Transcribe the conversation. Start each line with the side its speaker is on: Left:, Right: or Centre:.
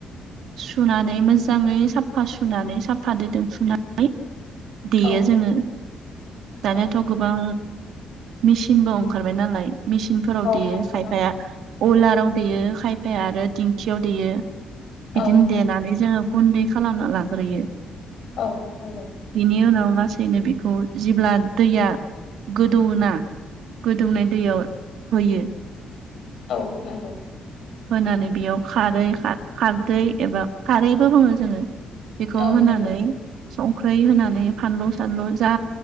Right: सुनानै मोजाङै साफा सुनानै साफा दैदो सुनानै देयो
Left: औ नंगौ
Right: जोङो दानियाथ'
Left: औ
Right: गोबां मेचिनबो ओंखारबाय नालाय मेसिनफोराव
Left: औ
Right: देयो
Left: नंगौ
Right: खायफाया अलाराव देयो खायफाया आरो दिंखियाव देयो। बिदिनो
Left: औ नंगौ
Right: देनानै जोङो गुन्दै खालामना लाग्रोयो।
Left: औ नंगौ
Right: बिनि उनाव लासैनो बेखौ जेब्ला दैया गोदौ ना गोदौनाय दैयाव होयो।
Left: औ नंगौ
Right: होनानै बेयाव खारै खारदै एबा खारैबो बुङो जोङो बेखौ
Left: औ
Right: होनानै
Left: नंगौ
Right: संख्रि होनानै फानलु सानलु जा